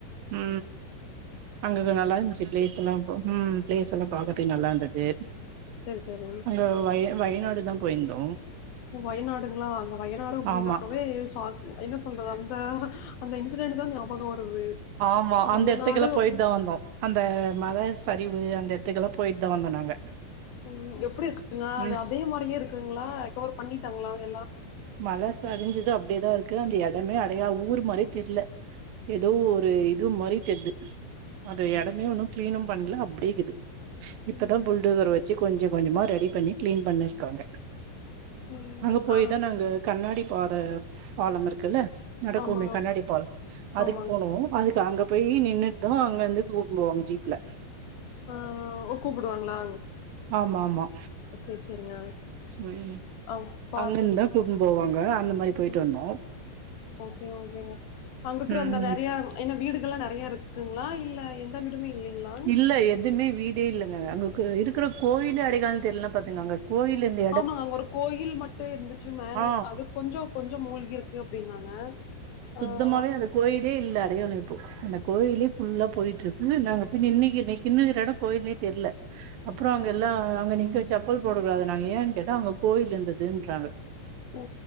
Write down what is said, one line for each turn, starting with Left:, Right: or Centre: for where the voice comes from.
Right: உ அங்க நல்லா இருந்துச்சு பிளேஸ்ல்லா உ பிளேஸ் எல்லா பாக்கதுகு நல்லா இருந்தது
Left: சேரி சேரி
Right: அங்க வய வயநாடு தா போயிருந்தோ
Left: வயநாடுங்களா அந்த வயநாடு அப்டின்னாவே
Right: ஆமா
Left: சாக் என்ன சொல்றது அந்த அந்த இன்சிடெண்ட் தா ஞாபக வருது
Right: ஆமா அந்த
Left: வயநாடு
Right: எட்த்துக்குல்லா போயிட்டு
Left: அப்டி
Right: தா வந்தோ அந்த மழ சரிவு அந்த எட்த்துக்கல்லா போயிட்டு தா வந்தோ நாங்க
Left: உ எப்படி இருக்குங்க
Right: ம்
Left: அது அதே மாரியே இருக்குங்களா ரெக்கவர் பண்ணிட்டாங்களா எல்லா
Right: மழ சரிஞ்சது அப்டியேதா இருக்கு அந்த எடமே அடையா ஊர் மாரி தெர்ல ஏதோ ஒரு இது மாரி தெர்து அந்த எடமே ஒன்னு கிளீனு பண்ல அப்டியேக்குது இப்பதா
Left: ம்
Right: புல்டவுசற் வச்சு கொஞ்ச கொஞ்சமா ரெடி பண்ணி கிளீன் பண்ணிர்க்காங்க
Left: ம்
Right: அங்க போயிதா
Left: ஆ
Right: நாங்க கண்ணாடி பார பாலம் இருக்குள நடக்குமே
Left: ஆமாங்க
Right: கண்ணாடி பால் அதுக்கு
Left: ஆமாங்க
Right: போனோ அதுக்கு அங்க போய் நின்னுட்டு அங்னருந்து கூப்னுபோவாங்க ஜீப்ல
Left: ஆ ஒகூப்புடுவாங்களா
Right: ஆமா ஆமா
Left: செரி செரிங்க
Right: ம்
Left: அவ் பாத்து
Right: அங்கன்னு தா கூட்னு போவாங்க அந்த மாரி போயிட்டு
Left: உ
Right: வந்தோ
Left: ஓகே ஓகேங்க அங்கக்கற
Right: ம்
Left: அந்த நறைய என்ன வீடுகள்ல்லா நெறைய இருக்குங்களா இல்ல என் எல்லார் விடுமே இல்லைங்களா
Right: இல்ல எதுமே வீடே இல்லங்க அங்க இருக்கிற கோயிலே அடைக்கால தெரிலன பாத்துங்கங்க கோயில் இந்தி
Left: ஆமாங்க ஒரு கோயில் மட்டு இருந்துச்சு மேல
Right: ஆ
Left: அது கொஞ்ச கொஞ்ச மூழ்கிருக்கு அப்டின்னாங்க
Right: சுத்தமாவே
Left: ஆ
Right: அந்த கோயிலே இல்ல அடையாள‌ இப்ப அந்த கோயிலே ஃபுல்லா போயிட்ருக்கு நாங்க போய் நின்னிக்கு கின்னுக்கிறடோ கோயில்னே தெர்ல அப்பற அங்க
Left: ஓகே
Right: எல்லா அங்க நீக்க செப்பல் போடகூடாது நாங்க ஏன்னு கேட்டா அங்க கோயில் இந்துதுன்றாங்க
Left: ஓ